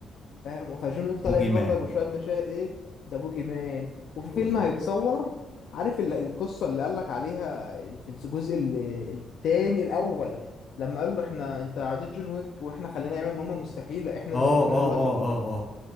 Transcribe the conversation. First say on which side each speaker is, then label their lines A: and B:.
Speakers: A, on the left (about 65°); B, on the left (about 20°).
A: فاهم فجون ويك طالع
B: بوجي
A: فيه
B: مان
A: برضك بشوية مشاهد ايه ذا بوجي مان وفي فيلم
B: بوجي مان
A: هيتصور عارف ال- القصة اللي قالك عليها في الجزء ال- التاني الأول لما قال له احنا انت عديت جون ويك واحنا خلينا نعمل مهمة مستحيلة احنا
B: اه
A: احنا
B: اه
A: دلوقتي
B: اه
A: كلنا
B: اه اه